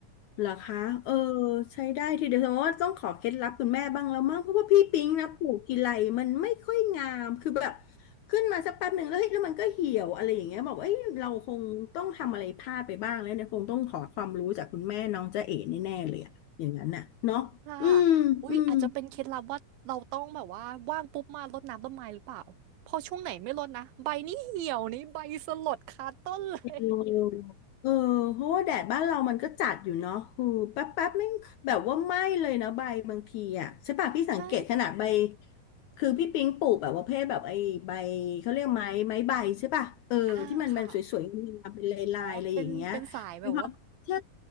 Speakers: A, on the left; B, on the right.
A: เหรอคะเออใช้ได้ทีเดียวแสดงว่าต้องขอเคล็ดลับคุณแม่บ้างแล้วมั้งเพราะว่าพี่ปิ๊งนะปลูกกี่ไรมันไม่ค่อยงามคือแบบขึ้นมาสักแป๊บหนึ่งแล้วเฮ้ยแล้วมันก็เหี่ยวอะไรอย่างเงี้ยบอกเอ้ยเราคงต้องทำอะไรพลาดไปบ้างแล้วเนี่ยคงต้องขอความรู้จากคุณแม่น้องจ๊ะเอ๋แน่ๆเลยอะอย่างนั้นน่ะเนาะอืมอืม
B: ค่ะอุ๊ยอาจจะเป็นเคล็ดลับว่าเราต้องแบบว่าว่างปุ๊บมารดน้ำต้นไม้หรือเปล่าพอช่วงไหนไม่รดนะใบนี่เหี่ยวนี่ใบสลดคาต้นเลย
A: เออเออเพราะว่าแดดบ้านเรามันก็จัดอยู่เนาะคือแป๊บแป๊บไม่งแบบว่าไหม้เลยนะใบบางทีอ่ะใช่ป่ะพี่สังเกตขนาดใบ
B: ใช่
A: คือพี่ปิ๊งปลูกแบบว่าเพศแบบไอ้ใบเขาเรียกไม้ไม้ใบใช่ป่ะเออที่มันมันสวยๆงามๆเป็นลายๆอะไรอย่างเงี้ย
B: อ่าค่ะอ๋อเป็นเป็นสายแบบว่า
A: นะครับใช่